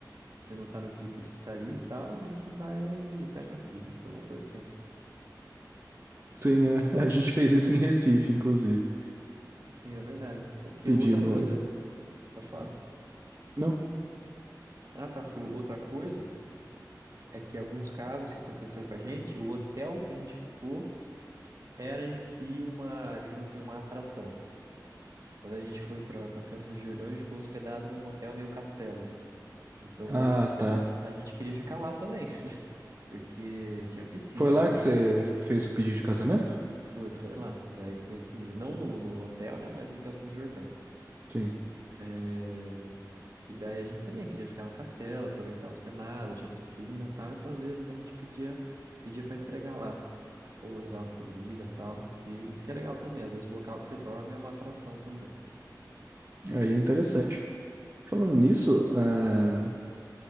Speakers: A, on the right (about 55°); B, on the right (about 35°).
A: se não tá no pique de sair e tal, a gente vai e pede uma pizza, alguma coisa assim.
B: Sim, é,
A: N-
B: <laughs> a gente fez isso em Recife, inclusive.
A: Sim, é verdade. Porque
B: Pedindo.
A: outra coisa, pode falar?
B: Não?
A: Ah, tá, porque outra coisa é que alguns casos que aconteceu com a gente, o hotel que a gente ficou era em si uma, digamos assim, uma atração. Quando a gente foi pra, pra Campos do Jordão, a gente ficou hospedado num hotel meio castelo. Então
B: Ah,
A: meio que a gente
B: tá.
A: a gente queria ficar lá também. Porque tinha piscina,
B: Foi lá
A: tinha...
B: que você
A: os-
B: fez o pedido de casamento?
A: Foi, foi lá, que daí que fez o pedido. Não no, no hotel, né, mas em Campos do Jordão.
B: Sim.
A: É, E daí a gente também queria ficar no castelo, aproveitar o cenário, tinha piscina e tal. Então, às vezes, a gente pedia, pedia para entregar lá. Ou levava comida e tal, que isso que é legal também. Às vezes, o local que você dorme é uma atração também.
B: Aí é interessante. Falando nisso, ah,